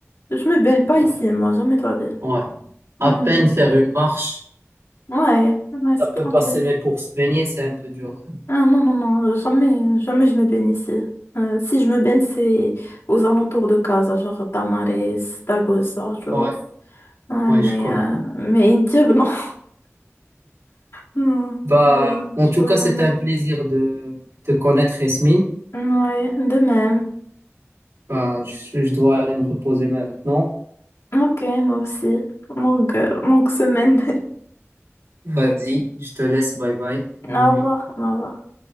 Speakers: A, on the left; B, on the right.
A: Je me baigne pas
B: ouais,
A: ici, moi, jamais de la vie.
B: ouais. À
A: Hmm.
B: peine faire une marche.
A: Ouais, ouais, c'est
B: Ça peut
A: tranquille.
B: passer, mais pour se baigner, c'est un peu dur.
A: Ah non, non, non, euh, jamais, jamais je me baigne ici. Euh, si je me baigne, c'est aux alentours de Casa, genre Tamares, Dalbosa, tu vois.
B: Ouais,
A: Ouais,
B: ouais,
A: mais,
B: je connais.
A: euh, mais Indiab, non. <laughs> Non,
B: Bah,
A: je
B: en
A: je
B: tout
A: pourrais
B: cas, c'était
A: jamais.
B: un plaisir de te connaître, Yasmine.
A: Ouais, de même.
B: Bah, je, je dois aller me reposer maintenant.
A: Ok, moi aussi. Longue, longue semaine.
B: Vas-y, je te laisse. Bye bye.
A: <laughs>
B: Bonne
A: Au
B: nuit.
A: revoir, au revoir.